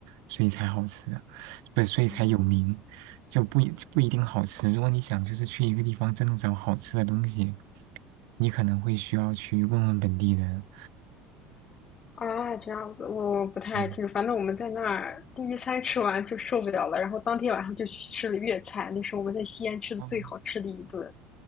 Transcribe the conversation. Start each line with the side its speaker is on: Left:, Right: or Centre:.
Right: 所以才好吃啊，不，所以才有名，
Left: 哦
Right: 就不一不一定好吃。如果你想就是去一个地方真的找好吃的东西，你可能会需要去问问本地人，
Left: 啊，这样子我不太清楚。
Right: 对。
Left: 反正我们在那儿第一餐吃完就受不了了，然后当天晚上就去吃了粤菜，那是我们在西安吃的最好吃的一顿。
Right: 嗯，